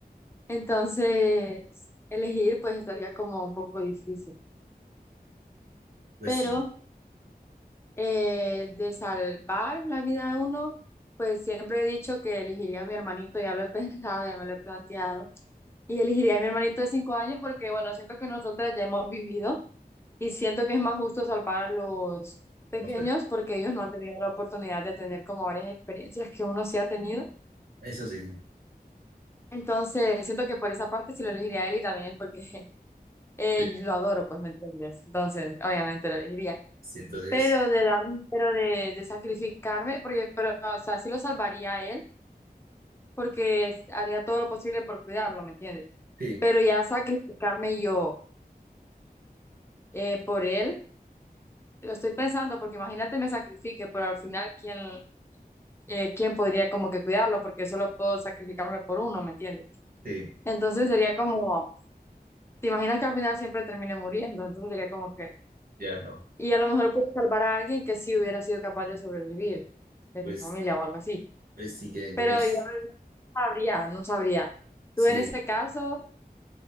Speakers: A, on the left; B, on the right.
A: Entonces, elegir pues estaría como un poco difícil.
B: Pues
A: Pero
B: sí.
A: eh, de salvar la vida de uno, pues siempre he dicho que elegiría a mi hermanito, ya lo he <laughs> pensado, ya me lo he planteado. Y elegiría a mi hermanito de cinco años porque, bueno, siento que nosotras ya hemos vivido y siento que es más justo salvar a los pequeños
B: vamos a ver.
A: porque ellos no han tenido la oportunidad de tener como varias experiencias que uno sí ha tenido.
B: Eso sí.
A: Entonces, siento que por esa parte sí lo elegiría a él y también es porque <laughs> eh,
B: Sí,
A: lo adoro, pues, ¿me entiendes? Entonces, obviamente lo elegiría.
B: Sí, entonces,
A: Pero de dar, pero de, de sacrificarme, porque, pero, o sea, sí lo salvaría a él porque haría todo lo posible por cuidarlo, ¿me entiendes?
B: sí.
A: Pero ya sacrificarme yo eh, por él. Lo estoy pensando porque imagínate me sacrifique, pero al final, ¿quién, eh, quién podría como que cuidarlo? Porque solo puedo sacrificarme por uno, ¿me entiendes?
B: Sí,
A: Entonces sería como, ¿te imaginas que al final siempre termine muriendo? Entonces sería como que,
B: ya no.
A: y a lo mejor puedo salvar a alguien que sí hubiera sido capaz de sobrevivir, de
B: Pues,
A: mi familia o algo así.
B: pues sí que algún
A: Pero
B: es,
A: igual no sabría, no sabría.
B: sí,
A: ¿Tú en ese caso